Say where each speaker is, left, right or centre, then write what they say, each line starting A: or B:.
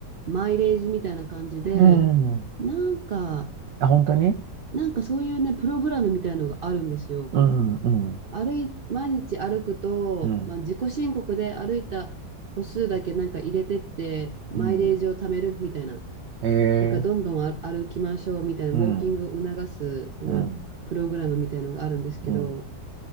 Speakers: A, on the right (about 60°); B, on the right (about 75°).
A: マイレージみたいな感じで、
B: う。うん。
A: なんか、
B: あ、本当に
A: なんかそういうね、プログラムみたいのがあるんですよ。
B: うん、うん、
A: 歩い、毎日歩くと、
B: うん、
A: まあ、自己申告で歩いた歩数だけなんか入れてって、マイレージを貯めるみたいな。
B: うん、ええ
A: だから、どんどんあ歩きましょうみたいな、
B: うん、
A: ウォーキングを促す、その、
B: うん、
A: プログラムみたいのがあるんですけど、
B: うん、